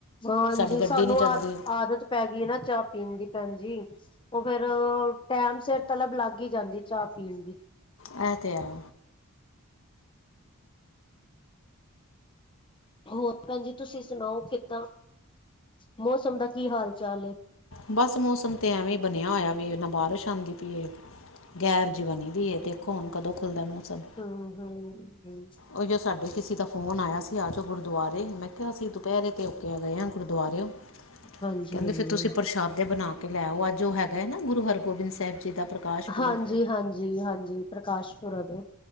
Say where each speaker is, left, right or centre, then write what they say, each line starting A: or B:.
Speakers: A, on the left; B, on the left.
A: ਹ ਹਾਂਜੀ,
B: ਸਾਡੀ ਗੱਡੀ
A: ਸਾਨੂੰ
B: ਨਹੀਂ ਚੱਲਦੀ
A: ਆਦ ਆਦਤ ਪੈ ਗਈ ਨਾ ਚਾਹ ਪੀਣ ਦੀ ਭੈਣ ਜੀ, ਉਹ ਫੇਰ ਟੈਮ ਸਿਰ ਤਲੱਬ ਲੱਗ ਹੀ ਜਾਂਦੀ। ਚਾਹ ਪੀਣ ਦੀ
B: ਇਹ ਤੇ ਹੈ।
A: ਹੋਰ ਭੈਣਜੀ ਤੁਸੀਂ ਸੁਣਾਓ ਕਿੱਦਾਂ? ਮੌਸਮ ਦਾ ਕੀ ਹਾਲ ਚਾਲ ਐ?
B: ਬਸ ਮੌਸਮ ਤੇ ਐਵੇਂ ਹੀ ਬਣਿਆ ਹੋਇਆ ਵੇ, ਨਾ ਬਾਰਿਸ਼ ਆਂਦੀ ਪਈ ਏ। ਗੈਰ ਜਿਹ ਬਣੀ ਦੀ ਏ ਐ, ਦੇਖੋ ਹੁਣ ਕਦੋਂ ਖੁੱਲ੍ਹਦਾ ਮੌਸਮ
A: ਹੂੰ-ਹੂੰ।
B: ਉਹ ਸਾਡੇ ਕਿਸੇ ਦਾ ਫੋਨ ਆਇਆ ਸੀ, ਆ ਜਾਓ ਗੁਰਦੁਆਰੇ ਮੈਂ ਕਿਹਾ ਅਸੀਂ ਦੁਪਹਿਰੇ ਤੇ ਹੋ ਕੇ ਗਏ ਆ ਗੁਰਦੁਆਰੇ
A: ਹਾਂਜੀ
B: ਕਹਿੰਦੇ
A: ਹਾਂਜੀ
B: ਫਿਰ ਤੁਸੀਂ ਪ੍ਰਸ਼ਾਦੇ ਬਣਾ ਕੇ ਲੈਓ ਅੱਜ ਉਹ ਹੈਗਾ ਹੈ ਨਾ ਗੁਰੂ ਹਰਗੋਬਿੰਦ ਸਾਹਿਬ ਜੀ ਦਾ ਪ੍ਰਕਾਸ਼ ਪੁਰਬ
A: ਹਾਂਜੀ-ਹਾਂਜੀ, ਹਾਂਜੀ ਪ੍ਰਕਾਸ਼ਪੁਰਵ ਏ।